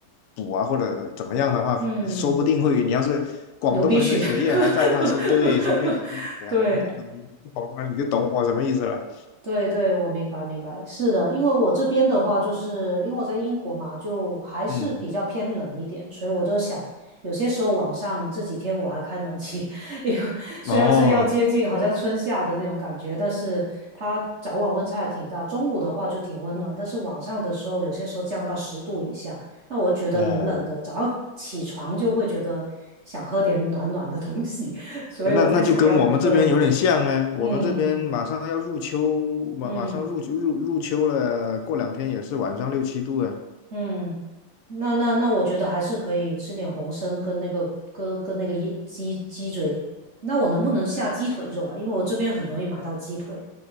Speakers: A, on the left; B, on the right.
A: 补啊或者怎么样的话，
B: 嗯，
A: 说不定会，你要是广东人的血液还在的话，
B: 流鼻血，<laughs>
A: 说对，说不定流鼻血啊、
B: 对，
A: 喉咙痛，你你广东人你就懂我什么意思了。
B: 对对，我明白明白，是的，因为我这边的话，就是因为我在英国嘛，就还是比较偏冷一点，
A: 嗯，
B: 所以我就想，有些时候晚上这几天我还开暖气，<laughs> 因为虽然是要接近好像春夏的那种感觉，
A: 哦
B: 但是它早晚温差也挺大，中午的话就挺温暖，但是晚上的时候有些时候降到十度以下，那我觉得冷冷的，
A: 哦，
B: 早上起床就会觉得想喝点暖暖的东西，<laughs> 所以我在想要不对，
A: 那那就跟我们这边有点像嘞，我们这边马上要入秋，
B: 嗯
A: 马马上入秋入入秋了，
B: 嗯。
A: 过两天也是晚上六七度了。
B: 嗯，那那那，我觉得还是可以吃点红参跟那个跟跟那个一鸡鸡嘴。那我能不能下鸡腿肉啊？因为我这边很容易买到鸡腿，